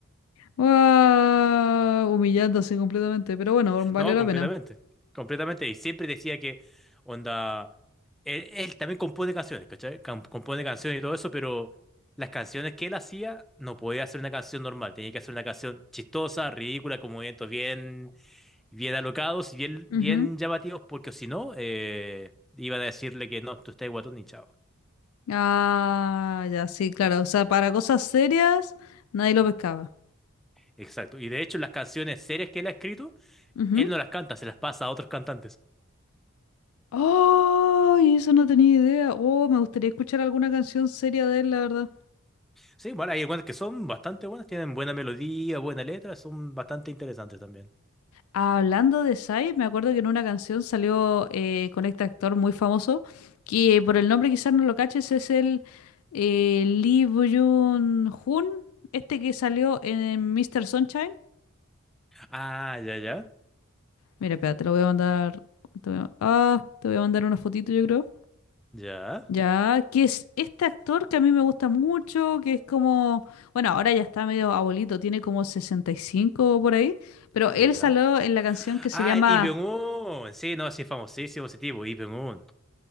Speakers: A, on the left (about 80°); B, in the centre.
A: Guau, humillándose completamente, pero bueno, valió
B: No,
A: la
B: completamente.
A: pena.
B: Completamente. Y siempre decía que, onda, él, él también compone canciones, ¿cachai? Cam- compone canciones y todo eso, pero las canciones que él hacía no podía hacer una canción normal. Tenía que hacer una canción chistosa, ridícula, con movimientos bien, bien alocados y bien,
A: Ujú.
B: bien llamativos, porque si no, eh, iban a decirle que no, tú estás guatón ni chao.
A: Ah, ya, sí, claro. O sea, para cosas serias nadie lo pescaba.
B: Exacto. Y de hecho, las canciones serias que él ha escrito,
A: Ujú.
B: él no las canta, se las pasa a otros cantantes.
A: ¡Ay! eso no tenía idea. Oh, me gustaría escuchar alguna canción seria de él, la verdad.
B: Sí, bueno, hay algunas que son bastante buenas, tienen buena melodía, buena letra, son bastante interesantes también.
A: Hablando de Sai, me acuerdo que en una canción salió eh, con este actor muy famoso, que por el nombre quizás no lo caches, es el eh, Lee Byung-hun, este que salió en Mr. Sunshine.
B: Ah, ya, ya,
A: Mira, espera, te lo voy a mandar. te voy a- ah, te voy a mandar una fotito, yo creo.
B: ya,
A: Ya, que es este actor que a mí me gusta mucho, que es como, bueno, ahora ya está medio abuelito, tiene como 65 por ahí, pero él
B: ya, ya.
A: salió en la canción que se
B: Ah,
A: llama,
B: Lee Byung-hun, sí, no, sí, es famosísimo ese tipo, Lee Byung-hun,